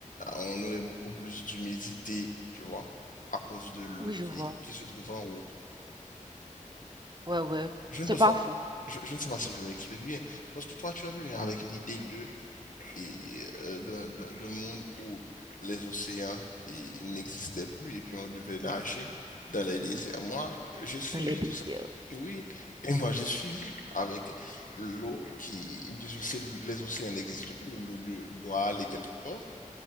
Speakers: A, on the left; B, on the right.
A: on aurait beaucoup plus d'humidité, tu vois, à cause de l'eau
B: Oui,
A: qui,
B: je vois.
A: qui se trouve en haut.
B: Ouais, ouais.
A: Je
B: C'est
A: ne pense
B: pas
A: pas,
B: faux.
A: je, je ne sais pas si je m'explique bien, parce que toi, tu es venu avec l'idée de, et, euh, d'un, d'un- d'un monde où les océans et, n'existaient plus et puis on devait nager dans les déserts. Moi, j'ai suivi
B: Dans les déserts.
A: tout ça. Oui, et moi j'ai suivi avec l'eau qui, bien sûr, si les océans n'existent plus, l'eau de- doit aller quelque part.